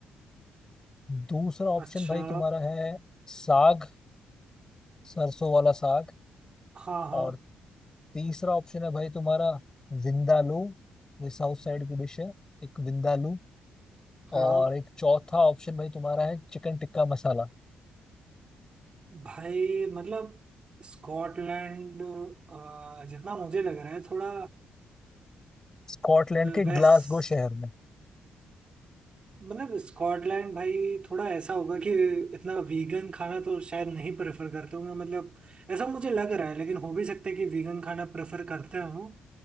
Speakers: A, on the left; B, on the right.
A: दूसरा ऑप्शन
B: अच्छा
A: भाई तुम्हारा है साग सरसों वाला साग
B: हाँ
A: और
B: हाँ
A: तीसरा ऑप्शन है भाई तुम्हारा विंदालू ये साउथ साइड की डिश है एक विंदालू
B: हाँ
A: और एक चौथा ऑप्शन भाई तुम्हारा है चिकन टिक्का मसाला
B: भाई मतलब स्कॉटलैंड अ, जितना मुझे लग रहा है थोड़ा
A: स्कॉटलैंड के
B: वेस्ट
A: ग्लासगो शहर में
B: मतलब स्कॉटलैंड भाई थोड़ा ऐसा होगा कि इतना वीगन खाना तो शायद नहीं प्रेफर करते होंगे मतलब ऐसा मुझे लग रहा है लेकिन हो भी सकता है कि वीगन खाना प्रेफर करते हों